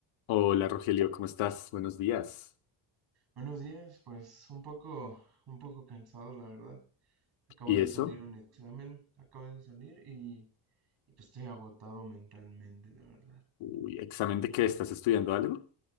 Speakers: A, on the left (about 85°); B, on the right (about 55°).
A: Hola Rogelio, ¿cómo estás? Buenos días.
B: Buenos días, pues un poco, un poco cansado, la verdad. Acaba
A: ¿Y
B: de
A: eso?
B: salir un examen, acaba de salir y, y, pues estoy agotado mentalmente, la verdad.
A: Uy, ¿examen de qué? ¿Estás estudiando algo?